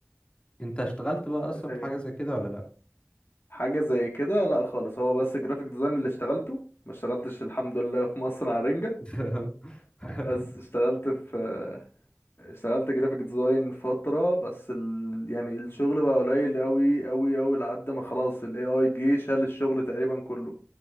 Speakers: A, on the left (about 20°); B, on the left (about 50°).
A: انت اشتغلت بقى اصلا
B: دي حقيقة.
A: في حاجه زي كده ولا
B: حاجة زي كده لا خالص هو بس جرافيك ديزاين اللي اشتغلته ما اشتغلتش الحمد لله في مصر على رنجة
A: لا <laughs>
B: بس اشتغلت في اشتغلت جرافيك ديزاين فترة بس ال... يعني الشغل بقى قليل قوي قوي قوي لحد ما خلاص ال AI جه شال الشغل تقريبا كله